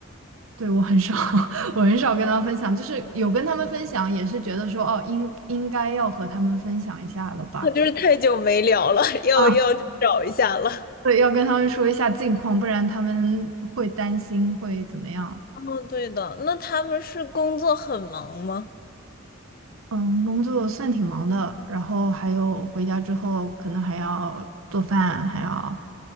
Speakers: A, on the right (about 80°); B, on the left (about 45°).
A: 对，我很少，<laughs> 我很少跟他分享，就是有跟他们分享，也是觉得说，哦，应应该要和他们分享一下了吧？
B: 那就是太久没聊了，<laughs> 要要去找一下了。
A: 啊，对，要跟他们说一下近况，不然他们会担心，会怎么样？
B: 哦，对的，那他们是工作很忙吗？
A: 嗯，工作算挺忙的，然后还有回家之后可能还要做饭，还要